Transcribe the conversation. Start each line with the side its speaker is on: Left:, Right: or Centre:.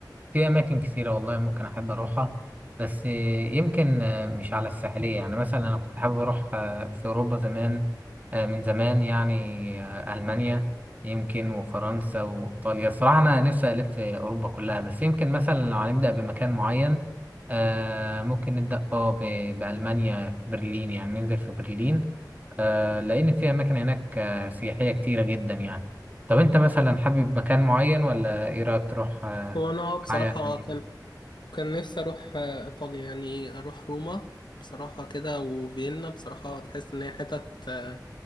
Right: في أماكن كتيرة والله ممكن أحب أروحها بس آه، يمكن آه، مش على الساحلية يعني مثلا أنا كنت حابب أروح آه، في أوروبا زمان آه، من زمان يعني آه، ألمانيا يمكن وفرنسا وإيطاليا صراحة أنا نفسي ألف في أوروبا كلها بس يمكن مثلا لو هنبدأ بمكان معين آه، ممكن نبدأ اه ب- بألمانيا في برلين يعني ننزل في برلين آه، لأن في أماكن هناك آه، سياحية كتيرة جدا يعني طب أنت مثلا حابب مكان معين ولا إيه رأيك تروح آه،
Left: هو انا بصراحة
Right: معايا يعني؟
Left: كان كان نفسي اروح آه، ايطاليا يعني اروح روما بصراحة كده وفيينا بصراحة تحس ان هي حتت آه،